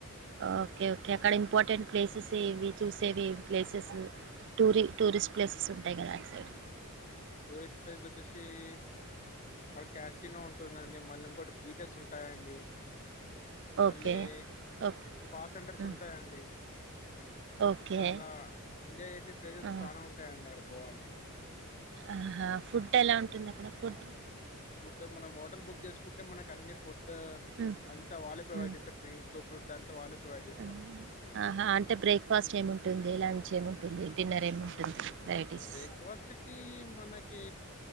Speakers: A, on the right; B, on the left.
A: ఓకే ఓకే అక్కడ ఇంపార్టెంట్ ప్లేసెస్ ఏవి చూసేవి ప్లేసెస్ టూరి టూరిస్ట్ ప్లేసెస్ ఉంటాయి కదా అటు సైడ్
B: <unintelligible> అక్కడ క్యాసినో ఉంటుందండి మళ్ళీ ఇంకోటి బీచెస్ ఉంటాయండి
A: ఓకే
B: మళ్ళీ
A: ఓకే
B: స్పా సెంటర్స్
A: ఉమ్,
B: ఉంటాయండి
A: ఓకే
B: చాలా ఎంజాయ్ చేసే ప్లేసెస్
A: ఆ,
B: చానా ఉంటాయండి అక్కడ గోవాలో
A: ఆహా ఫుడ్ ఎలా ఉంటుంది అక్కడ ఫుడ్
B: ఫుడ్డు మనం హోటల్ బుక్ చేసుకుంటే మనకు అన్ని ఫుడ్ డ్
A: ఉమ్,
B: అంతా వాళ్ళే ప్రొవైడ్
A: ఉమ్,
B: చేస్తారు డ్రింక్ ఫుడ్ అంతా వాళ్ళే ప్రొవైడ్ చేస్తారు
A: ఉమ్, ఆ అంటే బ్రేక్ఫాస్ట్ ఏం ఉంటుంది లంచ్ ఏముంటుంది డిన్నర్ ఏముంటుంది వెరైటీస్
B: బ్రేక్ఫాస్ట్ కి మనకి